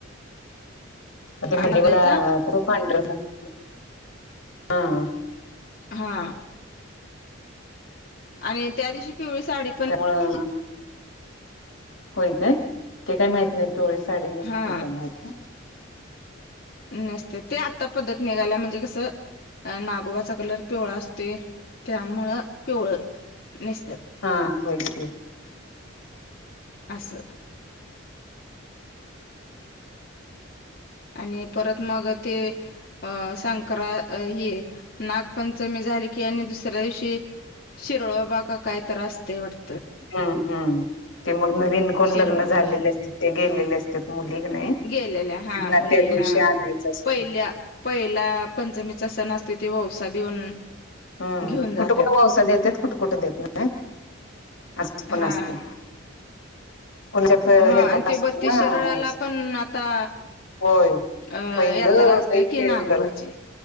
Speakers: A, on the left; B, on the left.
A: का ते
B: आनंदायचा
A: म देवाला ते पांडर लागते. ह.
B: हा. आणि त्या दिवशी पिवळी साडे
A: त्यामुळ. होय काय? ते काय माहित नाही. पिवळी साडी नसते
B: हा
A: ते काय माहित नाय.
B: नसते. ते आता पद्धत निघायल्या म्हणजे कसं? अ नागोबाचा कलर पिवळा असतोय. त्यामुळं पिवळं नेसतात.
A: हा. होय की.
B: अस. आणि परत मग ते. अ संक्र हे नागपंचमी झाली की आणि दुसऱ्या दिवशी. शिरळ बा का काहीतरी असतय वाटत?
A: हम्म हम्म. ते मग नवीन कोण
B: शिरळोबा
A: लग्न झालेले असते. ते गेलेले अस त्या मुली का नाही. त्यांना
B: गेलेल्या हा मुली
A: त्या दिवशी
B: हा
A: आणायचं असतं.
B: पहिल्या पहिला पंचमीचा सण असतो. ते वौसा देऊन
A: हम्म.
B: घेऊन जात्यात
A: कुठं कुठं वौसा देतात कुठं कुठं देत नाहीत. असं पण
B: हा
A: असते. <unintelligible>
B: हा
A: याच्यापासून
B: आणि ते बत्तीस
A: ना
B: शिराळ्याला
A: वौसा.
B: पण आता
A: होय.
B: अ
A: पहिलं
B: यात्रा असते
A: लई
B: की
A: खेळ
B: नागोबाची
A: कर.